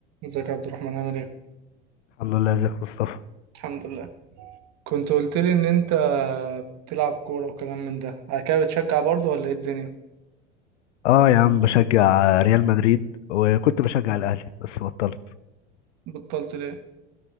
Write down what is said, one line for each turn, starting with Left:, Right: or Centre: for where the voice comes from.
Right: ازيك يا عبد الرحمن عامل ايه؟
Left: الحمد لله ازيك يا مصطفى
Right: الحمد لله كنت قلت لي ان انت بتلعب كورة وكلام من ده على كده بتشجع برضه ولا ايه الدنيا؟
Left: اه يا عم بشجع ريال مدريد وكنت بشجع الاهلي بس بطلت
Right: بطلت ليه؟